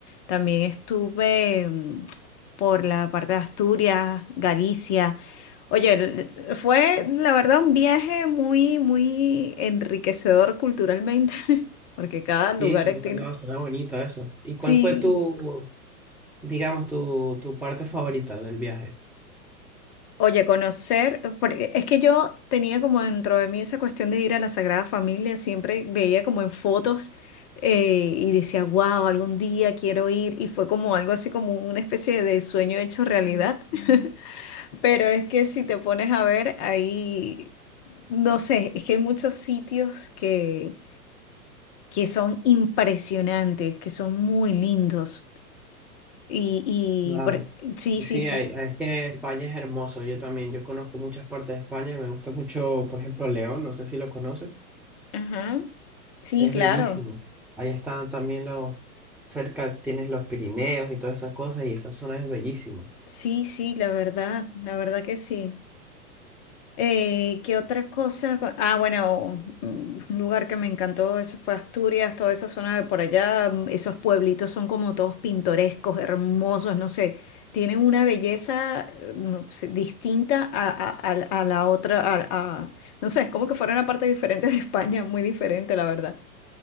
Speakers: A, on the left; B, in the centre.
A: También estuve mm, por la parte de Asturias, Galicia. Oye, el- fue la verdad un viaje muy, muy enriquecedor culturalmente, <laughs> porque cada lugar
B: Sí, suena,
A: tiene...
B: no, suena bonito eso. ¿Y cuál
A: Sí.
B: fue tu, digamos, tu, tu parte favorita del viaje?
A: Oye, conocer, porque es que yo tenía como dentro de mí esa cuestión de ir a la Sagrada Familia, siempre veía como en fotos eh, y decía, wow, algún día quiero ir, y fue como algo así como una especie de sueño hecho realidad. <laughs> Pero es que si te pones a ver ahí, no sé, es que hay muchos sitios que que son impresionantes, que son muy lindos. Y, y
B: Claro.
A: por- sí, sí,
B: Sí,
A: sí.
B: hay- es que España es hermoso, yo también, yo conozco muchas partes de España, me gusta mucho, por ejemplo, León, no sé si lo conoces,
A: Ajá. Sí,
B: es
A: claro.
B: bellísimo. Ahí están también los, cerca tienes los Pirineos y todas esas cosas y esa zona es bellísima.
A: Sí, sí, la verdad, la verdad que sí. Eh, ¿qué otra cosa? Ah, bueno, mm, un lugar que me encantó, eso fue Asturias, toda esa zona de por allá, mm, esos pueblitos son como todos pintorescos, hermosos, no sé, tienen una belleza, eh, no sé, distinta a, a- a- a la otra, a, a- no sé, es como que fuera una parte diferente de España, muy diferente, la verdad.